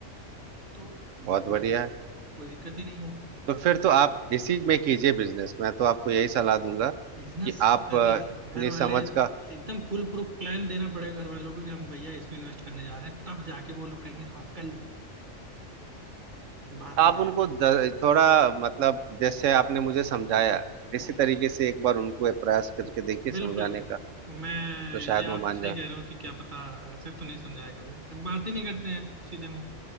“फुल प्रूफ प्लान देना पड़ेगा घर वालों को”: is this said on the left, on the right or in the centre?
Right